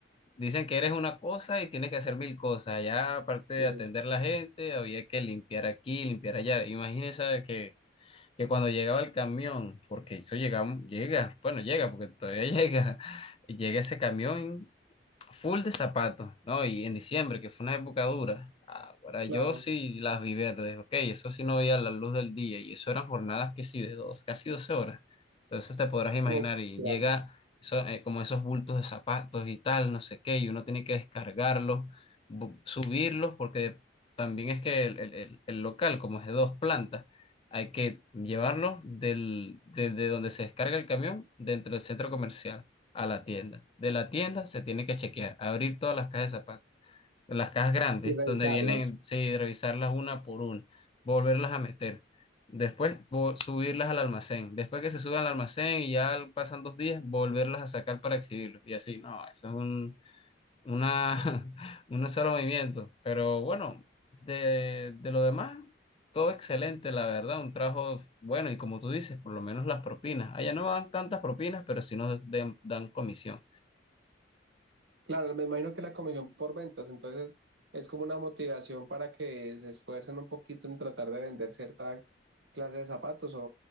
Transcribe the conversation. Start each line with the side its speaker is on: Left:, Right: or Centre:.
Left: dicen que eres una cosa y tienes que hacer mil cosas. Ya, aparte de
Right: Sí,
Left: atender la gente, había que limpiar aquí, limpiar allá. Imagínese que, que cuando llegaba el camión, porque eso llega, llega, bueno, llega, porque todavía <laughs> llega, llega ese camión full de zapatos, ¿no? Y en diciembre, que fue una época dura. Ahora
Right: claro.
Left: yo sí las vi verdes, ok, eso sí no veía la luz del día y eso eran jornadas que sí de dos, casi 12 horas. Entonces te podrás imaginar
Right: Oh,
Left: y
Right: claro.
Left: llega eso, eh, como esos bultos de zapatos y tal, no sé qué, y uno tiene que descargarlos, bu- subirlos, porque también es que el, el- el- el local, como es de dos plantas, hay que llevarlo del, desde donde se descarga el camión dentro del centro comercial a la tienda. De la tienda se tiene que chequear, abrir todas las cajas de zapatos, las cajas grandes,
Right: Y revisarlas.
Left: donde vienen, sí, revisarlas una por una, volverlas a meter. Después vo- subirlas al almacén. Después que se suben al almacén y ya pasan dos días, volverlas a sacar para exhibirlos. Y así, no, eso es un, una, <laughs> un solo movimiento. Pero bueno, de, de lo demás, todo excelente, la verdad. Un trabajo bueno y como tú dices, por lo menos las propinas. Allá no dan tantas propinas, pero sí nos den- dan comisión.
Right: Claro, me imagino que la comisión por ventas, entonces es como una motivación para que se esfuercen un poquito en tratar de vender cierta clase de zapatos o,